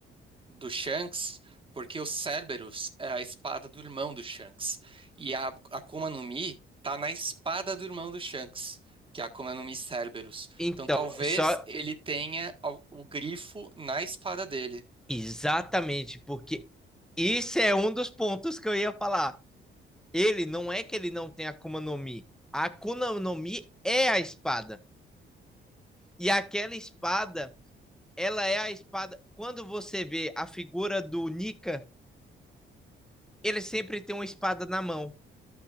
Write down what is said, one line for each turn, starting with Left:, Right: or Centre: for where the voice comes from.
Right: do Shanks, porque o Cerberus é a espada do irmão do Shanks. E a a Akuma no Mi tá na espada do irmão do Shanks, que é a Akuma no Mi Cerberus.
Centre: então,
Right: Então talvez
Centre: só
Right: ele tenha o, o grifo na espada dele.
Centre: exatamente, porque isso é um dos pontos que eu ia falar. Ele não é que ele não tem Akuma no Mi. A Akuma no Mi é a espada. E aquela espada, ela é a espada. Quando você vê a figura do Nika, ele sempre tem uma espada na mão.